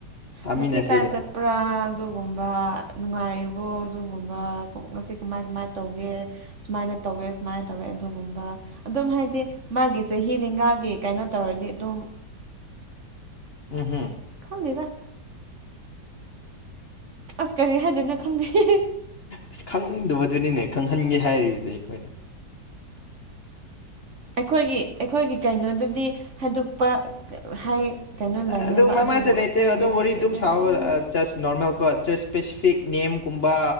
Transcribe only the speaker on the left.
ꯇꯥꯃꯤꯟꯅꯁꯦꯗꯅ
ꯎꯝ ꯍꯝ
ꯑꯁ ꯈꯪꯗꯕꯗꯨꯅꯤꯅꯦ ꯈꯪꯍꯟꯒꯦ ꯍꯥꯏꯔꯤꯕꯁꯦ ꯑꯩꯈꯣꯏꯅ
ꯑꯗꯨꯝ ꯃꯃꯥꯁꯦ
ꯂꯩꯇꯦ
ꯑꯗꯨꯝ ꯋꯥꯔꯤ
ꯑꯗꯨꯝ ꯁꯥꯎꯕ
ꯖꯁ ꯅꯣꯔꯃꯦꯜ ꯀꯣ ꯖꯁ ꯏꯁꯄꯦꯁꯤꯐꯤꯛ ꯅꯦꯝꯒꯨꯝꯕ